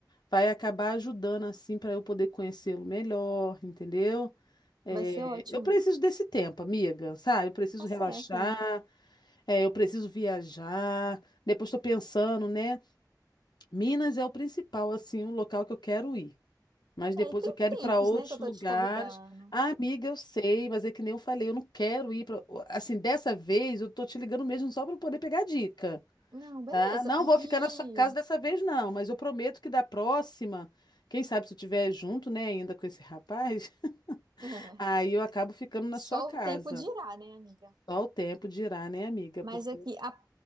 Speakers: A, on the left; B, on the right.
A: vai acabar ajudando assim para eu poder conhecê-lo melhor, entendeu? É,
B: Vai ser ótimo.
A: eu preciso desse tempo, amiga, sabe? Eu preciso
B: Tá certa.
A: relaxar, é, eu preciso viajar. Depois estou pensando, né? Minas é o principal, assim, o local que eu quero ir. Mas depois
B: É, e tem
A: eu quero
B: tempos,
A: ir para outros
B: né, que eu
A: lugares.
B: tô te convidando.
A: Ah, amiga, eu sei, mas é que nem eu falei, eu não quero ir para. Assim, dessa vez eu tô te ligando mesmo só para poder pegar dica.
B: Não, beleza.
A: Tá? Não
B: E,
A: vou ficar na sua casa
B: e-
A: dessa vez, não, mas eu prometo que da próxima, quem sabe se eu estiver junto, né, ainda com esse rapaz, <laughs>
B: é,
A: aí eu acabo ficando na
B: só
A: sua casa.
B: o tempo dirá, né, amiga?
A: Só o tempo dirá, né, amiga?
B: Mas
A: Porque.
B: aqui, a-